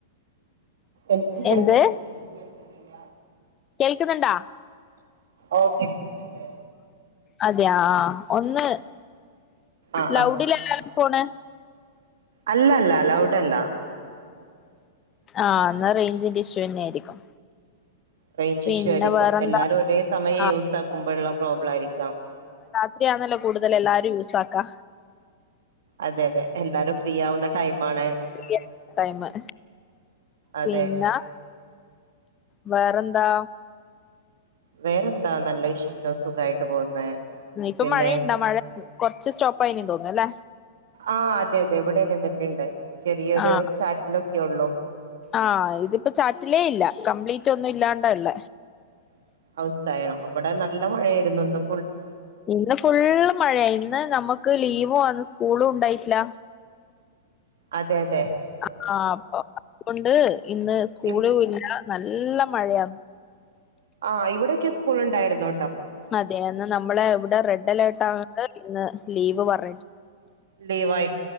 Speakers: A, on the right; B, on the left.
A: എനിക്ക് കേൾക്കുന്നുണ്ട്
B: എന്ത്
A: നിങ്ങൾക്ക് കേൾക്കുന്നില്ല
B: കേൾക്കുന്നുണ്ടാ
A: ഓ കേൾക്കുന്നുണ്ട്
B: അതെയാ ആ ഒന്ന്
A: ആഹ്
B: ലൗടി
A: ആഹ്
B: ലല്ലല്ലോ ഫോണ്
A: അല്ല അല്ല ലൗഡ് അല്ല
B: ആഹ് എന്ന റെയ്ഞ്ചിന്റെ ഇഷ്യു തന്നെ ആയിരിക്കും
A: റേഞ്ച്
B: പിന്നെ
A: ഇഷ്യൂ ആയിരിക്കും
B: വേറെന്താ
A: എല്ലാരും ഒരേ സമയം
B: ആഹ്
A: യൂസ് ആക്കുമ്പോഴ്ള്ള പ്രോബ്ലം ആയിരിക്കാം
B: <unintelligible> കൂടുതല് എല്ലാരും യൂസാക്കാ
A: അതെ അതെ എല്ലാരും ഫ്രീയാവുന്ന ടൈമാണെ
B: ഫ്രീ ടൈമ്
A: അതെ
B: പിന്നെ വേറെന്താ
A: വേറെന്താ നല്ല വിശേഷം സുഖായിട്ട് പോവുന്നെ
B: ഇപ്പൊ
A: പിന്നെ
B: മഴയുണ്ടാ മഴ കൊറച്ച് സ്റ്റോപ്പ് ആയിന് തോന്നുന്നുല്ലേ
A: ആഹ് അതെ അതെ ഇവിടെ നിന്നിട്ട്ണ്ട് ചെറിയൊരു
B: ആഹ്
A: ചാറ്റിലൊ യുള്ളൂ
B: ആഹ് ഇത്പ്പോ ചാറ്റ്ലേയില്ല കംപ്ലീറ്റൊ ന്നു ഇല്ലാണ്ടല്ല
A: <unintelligible> ഇവടെ നല്ല മഴയായിരുന്നെന്നും
B: ഇന്ന് ഫുള്ളും മഴെ ഇന്ന് നമ്മക്ക് ലീ വും ആണ് സ്കൂളും ഉണ്ടായിട്ടില്ല
A: അതെ അത്
B: ആഹ് ആഹ് അപ്പം അത് കൊൺ ണ്ട് ഇന്ന് സ്കൂളും
A: ഇവ്-
B: ഇല്ല. നല്ല മഴയാ
A: ആഹ് ഇവിടെ ഒക്കെ സ്കൂൾ ഇണ്ടായിരുന്നു
B: അതെ അ ന്ന് നമ്മെളെ ഇവ് റെഡ് അലെർട്ട് ആവ്ണോണ്ട് ഇന്ന് ലീവ് പറ
A: ലീവായി